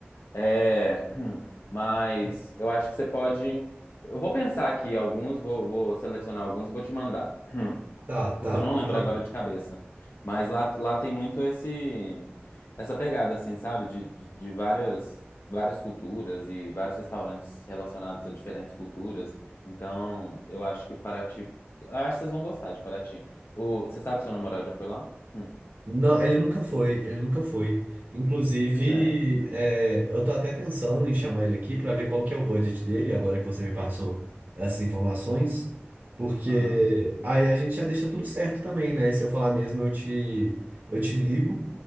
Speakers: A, on the left; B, on the right.
A: É, <clears throat> mas eu acho que você pode. Eu vou pensar aqui alguns, vou, vou selecionar alguns e vou te mandar. <clears throat>
B: Tá, tá,
A: porque eu não
B: por
A: lembro
B: favor.
A: agora de cabeça. Mas lá, lá tem muito esse essa pegada, assim, sabe? De, de, de várias, várias culturas e vários restaurantes relacionados a diferentes culturas. Então, eu acho que Paraty. eu Acho que vocês vão gostar de Paraty. O, você sabe se seu namorado já foi lá? Hum,
B: Não, ele nunca foi, ele nunca foi. Inclusive,
A: pois é.
B: é, eu tô até pensando em chamar ele aqui para ver qual que é o budget dele, agora que você me passou essas informações, porque
A: Aham,
B: aí a gente já deixa tudo certo também, né? Se eu falar mesmo, eu te, eu te ligo,